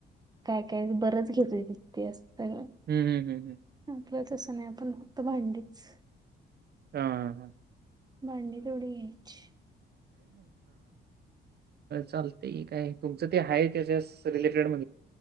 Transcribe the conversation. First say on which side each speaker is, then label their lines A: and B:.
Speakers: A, on the right; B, on the right.
A: काय काय बरंच घेतय त ते असतं न.
B: हम्म हम्म हम्म हम्म.
A: <unintelligible> असं नाही आपण फक्त भांडीच
B: हां.
A: मांडी तोड घ्यायची.
B: चालते काय तुमचं ते आहे त्याच्यास रिलेटेड म